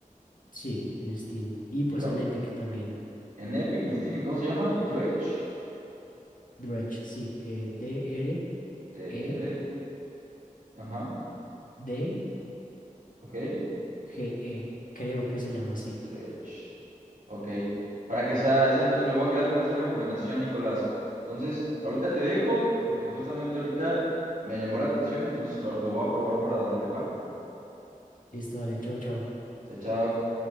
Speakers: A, on the left; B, on the right.
A: Sí, en Steam y
B: ¿Y
A: pues
B: co-
A: en Epic también.
B: en Epic, en Steam, ¿y cómo se llama? Dredge.
A: Dredge, sí, eh, d
B: T-R.
A: r e
B: Ajá,
A: d
B: ok.
A: GE, creo que se llama así.
B: Dredge. Ok. Para que sea esa, entonces me voy a quedar con esa recomendación, Nicolás. Entonces, ahorita te dejo, porque justamente ahorita me llamó la atención, entonces lo, lo voy a probar para darle, ¿va?
A: Listo, dale, chao, chao.
B: Chao, chao.